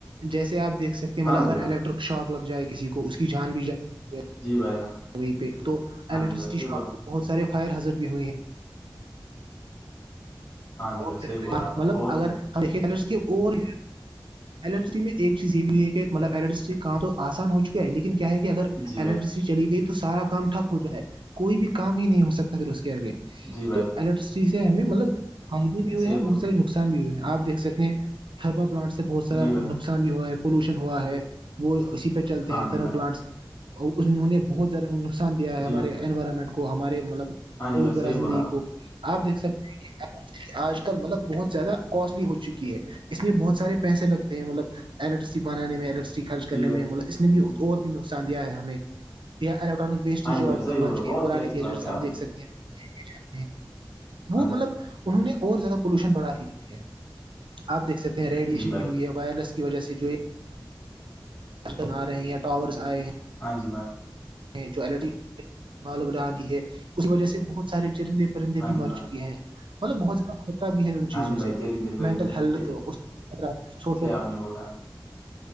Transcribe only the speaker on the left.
ہاں
جی بھائی
جی بھائی جان
ہاں
جی بھائی صحیح
بولا
ہاں جی
بھائی صحیح بولا آپ نے
بہت
ہی بولا.
جی بھائی
جی بھائی
جان
صحیح
بولا
جی بنا
ہاں
جی
بھائی
جی
بنا
ہاں جی
بھائی صحیح بولا
آپ نے
جی بھائی
ہاں جی
بھائی
صحیح
بولا
بہت
ہی اچھی
بات کہی آپ
نے
ہاں
جی بھائی
جی بھائی
ہاں جی بائے
ہاں
جی
بھائی
ہاں
جی بھائی
چرندے پرندے
سنے بولا <unintelligible>